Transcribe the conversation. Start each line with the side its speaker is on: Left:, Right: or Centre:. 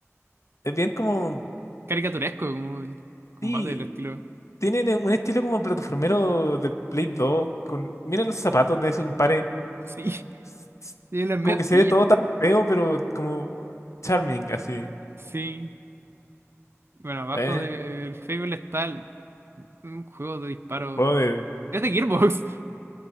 Left: Es bien como.
Right: Caricaturesco, como el combate
Left: Sí,
Right: del estilo.
Left: tienen eh, un estilo como plataformero de Play 2. Con, mira los zapatos de ese compadre.
Right: Sí. <laughs>
Left: s- s-
Right: Tiene las metillas.
Left: Como que se ve todo tan feo, pero como charming, así.
Right: Sí, bueno, abajo
Left: Eh,
Right: del Fable está el- un juego de disparo.
Left: juego de,
Right: Es de Gearbox. <laughs>